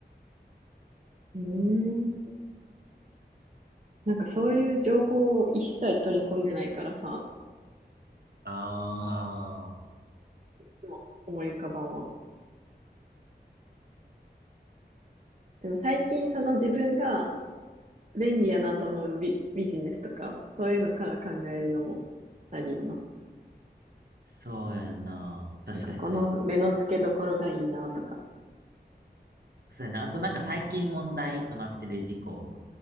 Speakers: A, on the right (about 40°); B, on the right (about 65°).
A: うーん。なんかそういう情報を一切取り込んでないからさ、
B: ああ、
A: でも思い浮かばんわ。でも最近その自分が便利やなと思うビ、ビジネスとか、そういうのから考えるのもありよな。
B: そうやな。確かに確かに。
A: なんかこの目の付けどころがいいなとか。
B: そうやな。あとなんか最近問題となってる事故。